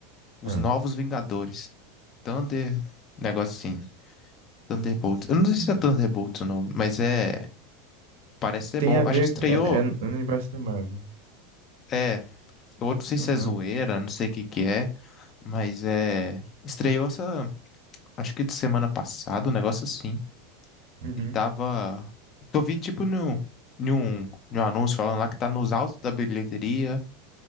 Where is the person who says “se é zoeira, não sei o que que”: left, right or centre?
Left